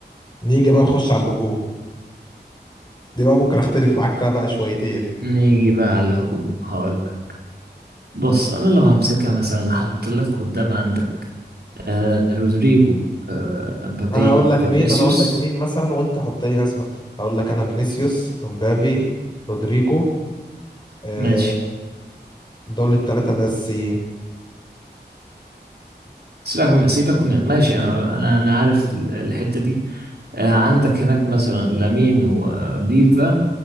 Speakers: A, on the left; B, on the right.
A: نيجي بقى نخش على الهجوم دي بقى ممكن اختلف معاك فيها بقى شويتين
B: نيجي بقى على الهجوم هقول لك بص أنا لو همسكها مثلا هحط لك قدام عندك آه رودريجو آه، امبابي
A: انا هقول لك
B: فينيسيوس
A: مين انا هقول لك مين مثلا وانت حط لي ناس ما- هقول لك انا فينيسيوس امبابي رودريجو آه،
B: ماشي
A: دول الثلاثه الاساسيين
B: سيبك من سيبك من ماشي انا انا انا عارف ال- الحته دي آه، عندك هناك مثلا لامين وليفا